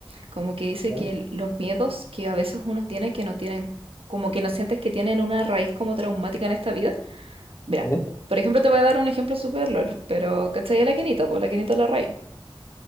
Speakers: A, on the right (about 85°); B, on the left (about 30°).
A: como que dice
B: ¿Ya?
A: que los miedos que a veces uno tiene que no tienen, como que no sientes que tienen una raíz como traumática en esta vida. Mira,
B: ¿Eh? <laughs>
A: por ejemplo, te voy a dar un ejemplo súper lol, pero ¿cachai a la Kenita? Pues la Kenita Larraín.